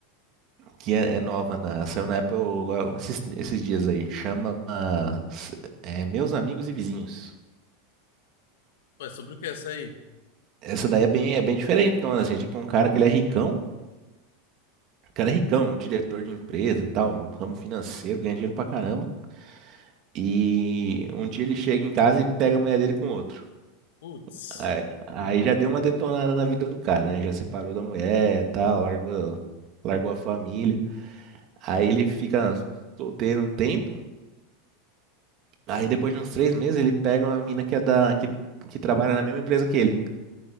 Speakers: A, on the right; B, on the left.
A: que é, é nova, na... saiu na Apple agora, esses, esses dias aí. Chama ah, s- é, Meus Amigos e Vizinhos.
B: Ué, sobre o que é essa aí?
A: Essa daí é bem, é bem diferentona, assim. é Tipo, um cara que ele é ricão. O cara é ricão, um diretor de empresa, tal, um ramo financeiro, ganha dinheiro pra caramba. E um dia ele chega em casa e pega a mulher dele com outro.
B: Putz.
A: Aí, aí já deu uma detonada na vida do cara, né? Já separou da mulher, tal, largou, largou a família. Aí ele fica solteiro um tempo. Aí depois de uns três meses ele pega uma mina que é da que, que trabalha na mesma empresa que ele.